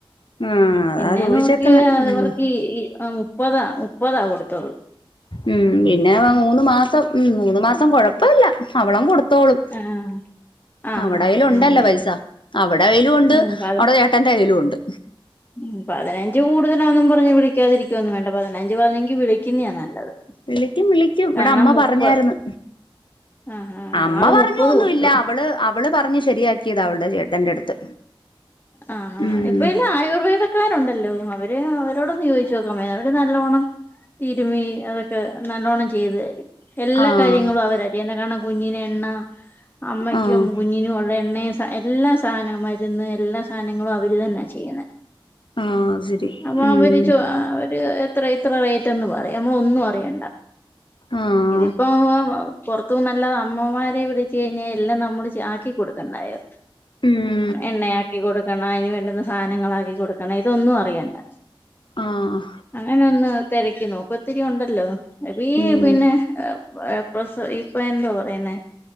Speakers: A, on the left; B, on the left.
A: ആഹ് അതാ
B: എന്നെ
A: ചോദിച്ചേക്കുന്നെ
B: നോക്കിയാ
A: ഉം
B: അവർക്കീ ഇ മുപ്പതാ മുപ്പതാ കൊടുത്തത്
A: ഉം പിന്നെ അ മൂന്ന് മാസം ഉം മൂന്ന് മാസം കുഴപ്പമില്ല അവളങ്ങ് കൊടുത്തോളും
B: ആഹ് ആഹ്
A: അവടെ
B: ആഹ്
A: കയ്യിലുണ്ടല്ലോ
B: ഉം
A: പൈസ അവടെ കൈയ്യിലുമുണ്ട്
B: ഉം പതി
A: അവടെ ചേ ട്ടൻ്റെ കയ്യിലും ഉണ്ട്
B: ഉം പതിനഞ്ച് കൂടുതലാന്നും പറഞ്ഞ് വിളിക്കാതിരിക്കുവൊന്നും വേണ്ട പതിനഞ്ച് വരുവാണെങ്കിൽ വിളിക്കുന്നതാ നല്ലത്
A: വിളിക്കും വിളിക്കും ഇവിടെ
B: കാരണം
A: അമ്മ
B: മുപ്പത്
A: പറഞ്ഞായിരുന്നു
B: ആ ആ ഞങ്ങള്
A: അമ്മ പറഞ്ഞു
B: മുപ്പത്
A: ഒന്നുമില്ല
B: കൊടുത്തു
A: അവള് അവള് പറഞ്ഞ് ശരിയാക്കിയതാ അവളുടെ ചേട്ടന്റെ അടുത്ത്
B: ആ ആ
A: ഉം
B: ഇപ്പൊ എല്ലാം ആയുർവേദ ക്കാരുണ്ടല്ലോ അവര് അവരോടൊന്ന് ചോദിച്ച് നോക്കാൻമേലാരുന്നോ അവര് നല്ലോണ്ണം തിരുമ്മി അതൊക്കെ നല്ലോണ്ണം ചെയ്തു തരും എല്ലാ
A: ആഹ്
B: കാര്യങ്ങളും അവരാ ചെയ്യുന്നേ കാരണം കുഞ്ഞിന് എണ്ണ അമ്മയ്ക്കും
A: ആഹ്
B: കുഞ്ഞിനും ഉള്ള എണ്ണയും എല്ലാം സാധന മരുന്ന് എല്ലാ സാധനങ്ങളും അവര് തന്നാ ചെയ്യുന്നത്.
A: ആഹ് ശരി
B: അപ്പൊ
A: ഉം
B: അവര് ച്ചോ അവര് ഇത്ര ഇത്ര റേറ്റ് എന്ന് പറയും നമ്മളൊന്നും അറിയണ്ട
A: ആഹ്
B: ഇതിപ്പം വ പുറത്തുനിന്നും അമ്മമാരെ വിളിച്ചു കഴിഞ്ഞാൽ എല്ലാം നമ്മള് ചെ ആക്കി കൊടുക്കണ്ടായോ
A: ഉം
B: എണ്ണയാക്കി കൊടുക്കണം അതിന് വേണ്ടുന്ന സാധനങ്ങളാക്കി കൊടുക്കണം ഇതൊന്നും അറിയണ്ട
A: ആഹ്
B: അങ്ങനെ ഒന്ന് തിരക്കി നോക്ക് ഒത്തിരി ഉണ്ടല്ലോ അ പീ
A: ഉം
B: പിന്നെ പ്രസ് ഇപ്പൊ എന്താ പറയുന്നേ